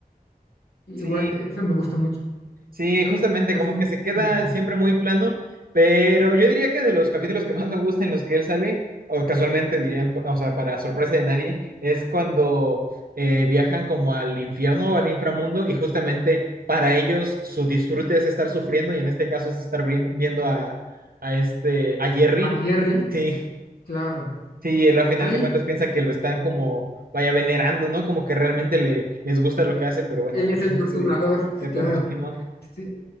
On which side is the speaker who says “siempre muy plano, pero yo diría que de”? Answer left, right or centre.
Right